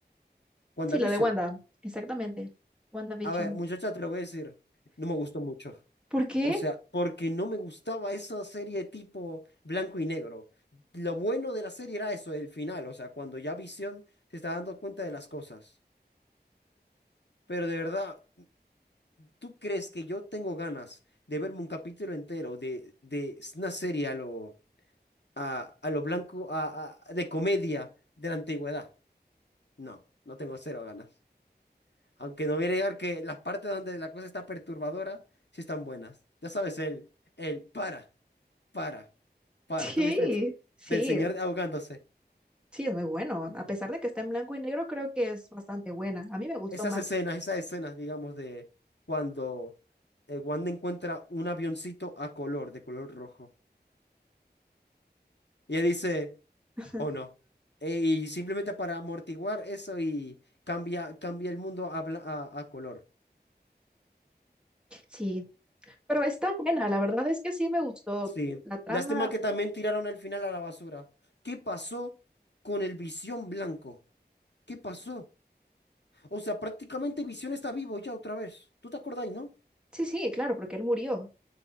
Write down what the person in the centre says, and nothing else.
sí, la de Wanda. Exactamente. WandaVision.
¿Por qué?
<laughs>
Sí,
sí,
sí, es muy bueno. A pesar de que está en blanco y negro, creo que es bastante buena. A mí me gustó
más.
<laughs>
Sí, pero está buena, la verdad es que sí me gustó
la trama.
Sí, sí, claro, porque él murió.